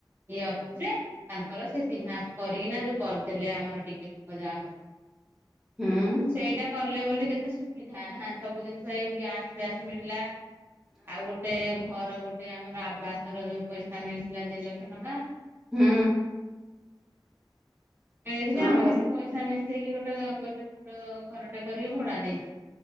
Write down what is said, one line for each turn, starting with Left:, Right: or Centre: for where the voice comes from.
Right: ଇ ଅଫିସ ରେ ତାଙ୍କର ସେ ଚିହ୍ନା କରିକିନା ଯୋଉ କରିଦେଲେ ଆମର ଟିକେ। ଯା ହଉ,
Centre: ହୁଁ
Right: ସେଇଟା କଲେ ବୋଲି କେତେ ସୁବିଧା। ସବୁ ଜିନିଷ ଏଇ ଗ୍ୟାସ ଫ୍ୟାସ ମିଳିଲା। ଆଉ ଗୋଟେ ଘର ଗୋଟେ ଆମର ଆବାସର ଯୋଉ ପଇସା ମିଳିଥିଲା ଦି ଲକ୍ଷ ଟଙ୍କା
Centre: ହୁଁ।
Right: ମିଳିଥିଲା ଆମେ
Centre: ଆଉ
Right: କିଛି ପଇସା ମିଶେଇକି ଗୋଟେ ଗୋଟେ ଛୋଟ ଘରଟେ କରିକି ଭଡା ଦେଇଚୁ।